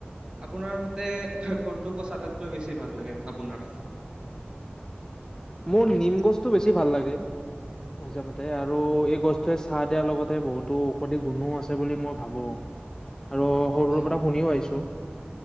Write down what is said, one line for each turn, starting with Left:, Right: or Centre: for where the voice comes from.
Right: আপোনাৰ মতে কোনটো গছ আটাইতকৈ বেছি ভাল লাগে আপোনাৰ?
Left: মোৰ নিম গছটো বেছি ভাল লাগে। মইামতে আৰু এই গছটোৱে চাহ দিয়াৰ লগতে বহুতো ঔষধি গুণো আছে বুলি মই ভাবো। আৰু সৰুৰ
Right: অ',
Left: পৰা শুনিও আহিছো।